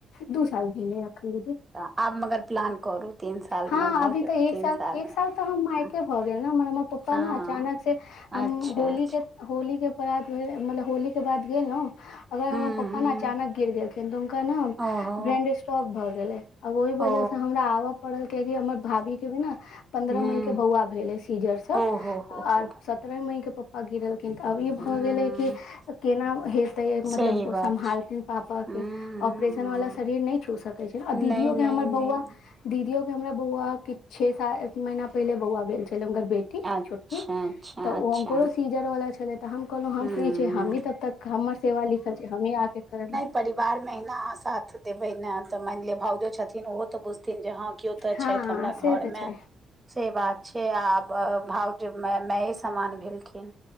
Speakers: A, on the left (about 75°); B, on the right (about 25°).
A: दू साल भेलए या ऐखन दिदी
B: आब मगर प्लान करू सालमे
A: हँ
B: भऽ
A: अभी
B: जायत
A: तऽ एक साल
B: सालमे
A: एक साल तऽ हम मायके
B: हँ,
A: भऽ गेल ने हमर हमर पप्पा
B: हँ
A: ने अचानक से हम
B: अच्छा
A: होली
B: अच्छा
A: के होली के परात भेल मतलब होली के बाद गेलौं तो
B: हुँ,
A: हमर पपा
B: हुँ,
A: ने अचानक गिर गेल खिन हुनका न
B: ओहो
A: ब्रेंड स्टॉक भऽ गेले आब ओहि
B: ओ
A: वजह से हमरा आब पड़ल किया कि हमर भाभी के भी ने पन्द्रह
B: हुँ,
A: मई के बौआ भेलै सीजर से
B: ओहो हो
A: आर
B: हो
A: सब पन्द्रह मई के पप्पा गिरल लेकिन तऽ अ <unintelligible> ब ई
B: हुँ,
A: भऽ गेलै कि केना हेतै मतलब
B: सही बात
A: सम्भालथिन
B: छै
A: पापा
B: हुँ,
A: के
B: हुँ,
A: ऑपरेशन वाला
B: हुँ।
A: शरीर नहि छू सकैत छै आ
B: नहि,
A: दीदियो
B: नहि,
A: के हमर
B: नहि
A: बौआ दीदियो के हमरा बौआ किछ छे सा एक महिना पहिले बौआ भेल छले हुनकर बे टी
B: अच्छा,
A: छोटकी
B: अच्छा,
A: तऽ
B: अच्छा
A: उनको सीजर वाला छलै तऽ हम कहलहुँ हम
B: हुँ।
A: फ्री छी हम ही तब तक हमर सेवा लिखल छी हमही आ के करब
B: परिवार में अहिना अहाँ साथ देबै ने तऽ मानि लिअऽ भाउजो छथिन ओहो तऽ बुझथिन जे हँ किओ तऽ
A: हँ
B: छथि हमरा
A: से
B: घर
A: तऽ
B: में
A: छै
B: से बात छै आब भाउज माय समान भेलखिन